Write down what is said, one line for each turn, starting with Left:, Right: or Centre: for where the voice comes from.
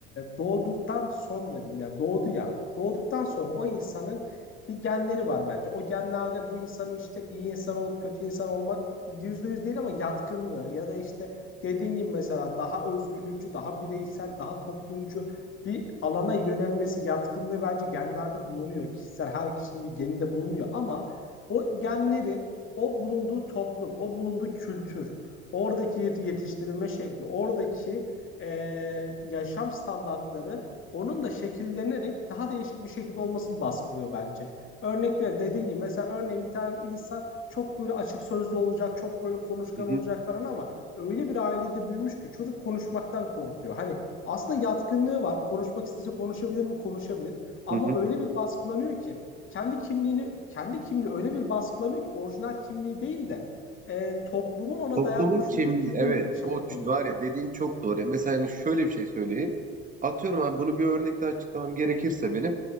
Left: doğduktan sonra diyeyim ya doğdu ya. Doğduktan sonra o insanın bir genleri var bence. O genlerde bu insanın işte iyi insan olup kötü insan olma yüzde yüz değil ama yatkınlığı ya da işte dediğin gibi mesela daha özgürlükçü, daha bireysel, daha toplumcu bir alana yönelmesi yatkınlığı bence genlerde bulunuyor. Kişisel her kişinin bir geninde bulunuyor ama o genleri o bulunduğu toplum, o bulunduğu kültür, oradaki yetiştirilme şekli, oradaki eee, yaşam standartları onun da şekillenerek daha değişik bir şekilde olmasını baskılıyor bence. Örnek ver dediğin gibi mesela örneğin bir tane insan çok böyle açık sözlü olacak, çok böyle konuşkan
Right: Hı
Left: olacak
Right: hı,
Left: falan ama öyle bir ailede büyümüş ki çocuk konuşmaktan korkuyor. Hani aslında yatkınlığı var. Konuşmak istese konuşabilir mi? Konuşabilir. Ama
Right: hı hı.
Left: öyle bir baskılanıyor ki kendi kimliğini kendi kimliği öyle bir baskılanıyor ki orijinal kimliği değil de e, toplumun ona
Right: Toplumun
Left: dayatmış
Right: kim,
Left: olduğu kimliğiyle
Right: evet
Left: yaşamak
Right: o ç-
Left: oluyor.
Right: var ya dediğin çok doğru. Ya. Mesela hani şöyle bir şey söyleyeyim. Atıyorum abi bunu bir örnekle açıklamam gerekirse benim.